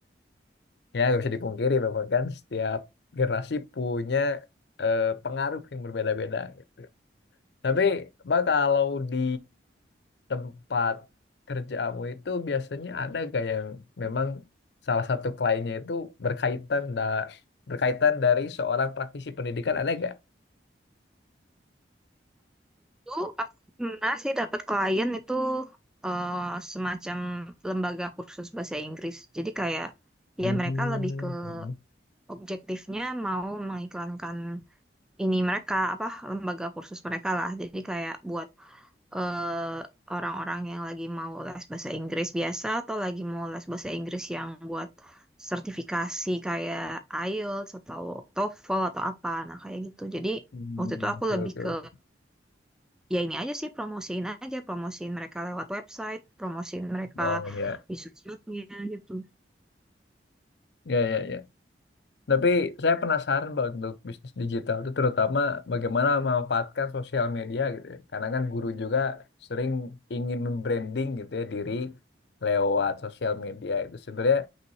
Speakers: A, on the left (about 65°); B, in the centre.
A: Ya, nggak bisa dipungkiri memang kan setiap generasi punya eh, pengaruh yang berbeda-beda gitu. Tapi, Mbak, kalau di tempat kerjamu itu biasanya ada gak yang memang salah satu kliennya itu berkaitan da berkaitan dari seorang praktisi pendidikan ada gak?
B: Dulu aku pernah sih dapat klien itu eh, semacam lembaga kursus bahasa Inggris. Jadi kayak
A: Hmm.
B: ya mereka lebih ke objektifnya mau mengiklankan ini mereka apa lembaga kursus mereka lah jadi kayak buat eh, orang-orang yang lagi mau les bahasa Inggris biasa atau lagi mau les bahasa Inggris yang buat sertifikasi kayak IELTS atau TOEFL atau apa nah kayak gitu jadi
A: Hmm,
B: waktu itu aku
A: Oke,
B: lebih
A: oke,
B: ke
A: oke.
B: ya ini aja sih promosiin aja promosiin mereka lewat website promosiin mereka
A: Oh, ya.
B: di sosmednya gitu
A: Ya, ya, ya. Tapi saya penasaran Pak untuk bisnis digital itu terutama bagaimana memanfaatkan sosial media gitu ya. Karena kan guru juga sering ingin membranding gitu ya diri lewat sosial media itu. Sebenarnya